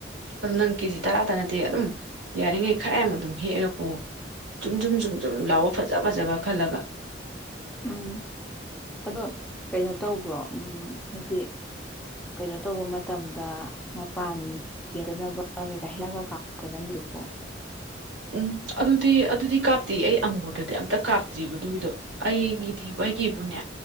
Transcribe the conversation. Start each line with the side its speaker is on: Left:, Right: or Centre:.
Right: ꯑꯗꯨ ꯅꯪ ꯀꯦꯖꯤ ꯇꯔꯥꯇ ꯅꯠꯇꯦ ꯑꯗꯨꯝ ꯌꯥꯔꯤꯉꯩ ꯈꯔ ꯌꯥꯝ ꯑꯗꯨꯝ ꯍꯦꯛꯑꯒ ꯄꯨꯑꯣ ꯖꯨꯝ ꯖꯨꯝ ꯖꯨꯝ ꯖꯨꯝ ꯂꯥꯎꯕ ꯐꯖ ꯐꯖꯕ ꯈꯜꯂꯒ
Centre: ꯎꯝ ꯑꯗꯣ ꯀꯩꯅꯣ ꯇꯧꯕ꯭ꯔꯣ ꯎꯝ ꯍꯥꯏꯗꯤ ꯀꯩꯅꯣ ꯇꯧꯕ ꯃꯇꯝꯗ ꯃꯄꯥꯟ ꯀꯦꯗꯅꯕ ꯀꯂꯒ ꯀꯥ ꯄꯣ
Right: ꯎꯝ ꯑꯗꯨꯗꯤ ꯑꯗꯨꯗꯤ ꯀꯥꯞꯇꯦ ꯑꯩ ꯑꯪꯒꯨꯔꯗꯗꯤ ꯑꯝꯇ ꯀꯥꯞꯇ꯭ꯔꯤꯕ ꯑꯗꯨꯒꯤꯗꯣ ꯑꯩꯒꯤꯗꯤꯕ ꯑꯩꯒꯤꯕꯨꯅꯦ